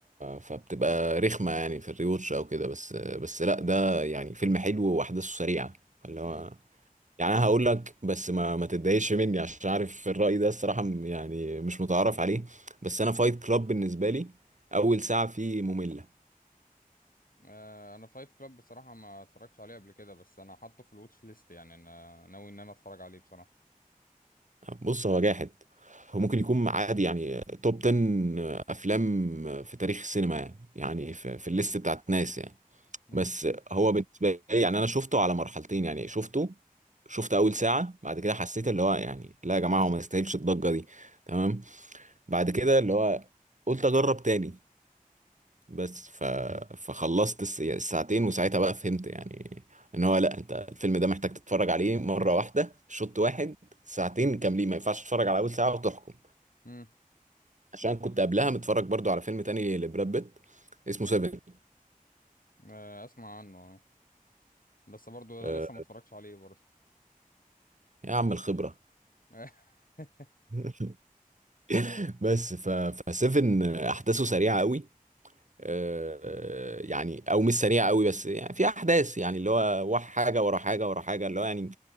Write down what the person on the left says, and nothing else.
امم
آه انا فايت كلاب بصراحة ما اتفرجتش عليه قبل كده بس انا حاطه في الواتش ليست يعني انا ناوي ان انا اتفرج عليه بصراحة
امم
امم
آه اسمع عنه آه. بس برضو
ده لسه ما اتفرجتش عليه برضو
<laughs>